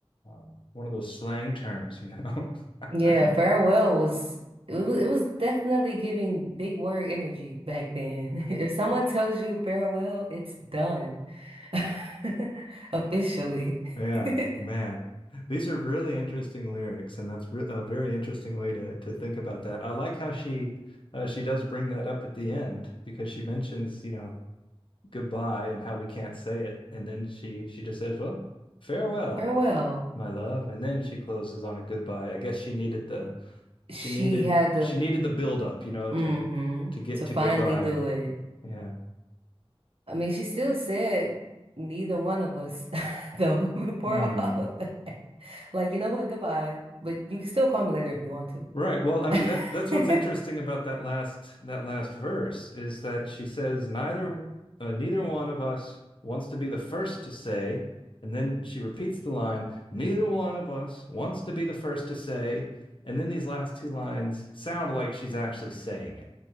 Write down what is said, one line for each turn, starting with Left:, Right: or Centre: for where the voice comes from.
Left: uh one of those slang terms, you know.
Right: Yeah,
Left: <laughs>
Right: Farewell was it was it was definitely giving big word energy back then. <laughs> If someone tells you farewell, it's done. <laughs> Officially.
Left: Yeah,
Right: <laughs>
Left: man. These are really interesting lyrics, and that's re a very interesting way to to think about that. I like how she uh, she does bring that up at the end because she mentions, you know, goodbye and how we can't say it. And then she she just says, "Well, farewell,
Right: Farewell.
Left: my love." And then she closes on a goodbye. I guess she needed the
Right: She
Left: she needed
Right: had the
Left: she needed the build up, you know,
Right: mm-hmm
Left: to to get
Right: to
Left: to
Right: finally
Left: goodbye.
Right: do it.
Left: Yeah.
Right: I mean, she still said neither one of us, <laughs> though, <laughs> before
Left: Hmm.
Right: all of that. Like, you know what? Goodbye. But you can still call me later if you want to.
Left: Right. Well, I mean
Right: <laughs>
Left: that that's what's interesting about that last that last verse is that she says neither uh, neither one of us wants to be the first to say, and then she repeats the line, neither one of us wants to be the first to say, and then these last two lines sound like she's actually saying it.